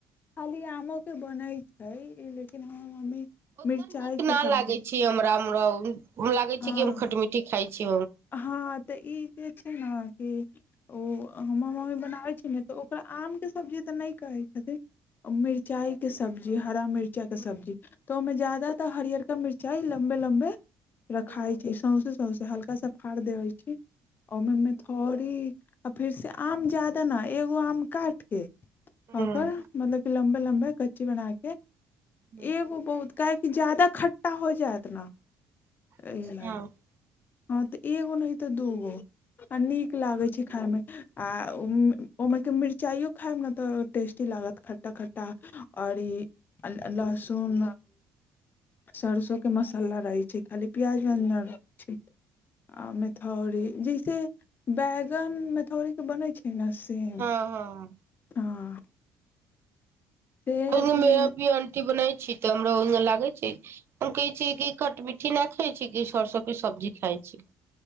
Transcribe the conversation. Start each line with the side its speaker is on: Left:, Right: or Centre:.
Left: खाली आमो के बनै छै लेकिन हमर मम्मी
Right: उतना
Left: मिरचाइके
Right: नीक ना लागे
Left: सब्जी
Right: छी हमरारा लागे
Left: हँ
Right: छी क हम खट मिट्ठी खायई छी
Left: हँ तऽ ई जे छै ने कि ओ हमर मम्मी बनाबै छै ने तऽ ओकरा आमके सब्जी तऽ नहि कहै छथिन मिरचाइके सब्जी हरा मिर्चाइके सब्जी त मे जा्यादातर हरियर का मिरचाइ लम्बे लम्बे रखाइत
Right: हूँ
Left: छी सौँसे सौँसे हल्का सा फाड़ि देैत छी ओहिमेथड़ी आ फेरसे आम जादा नइ एगो आम काटि कऽ आ
Right: हूँ
Left: ओकर मतलब क लम्बे लम्बे कच्ची बना के
Right: हँ
Left: एगो बहुत काह क जादा ख खट्टा हो जायत ने इहा लाय
Right: हँ
Left: हँ एगो नहि ह तऽ दूगो आ नीक लागै छै खायमे आ ओम्हर के मिरचाइयो खायब ने तऽ टेस्टी लागत खट्टा खट्टा और ई आ आ लहसून सरसों के मसाला रहैत छै खाली प्याज उयाज न रहै छै आ मैथौरी जैसे बैंगन मैथौरीके बनैत छै ने सेम
Right: हँ ह
Left: हँ से हइ
Right: ओहो
Left: कि
Right: मे भी आंटी बनाै छी तऽ हमरा ओहि लागै छै हम कहै छै कि कट मिठी न खाई छी कि सरसोके सब्जी खाय छी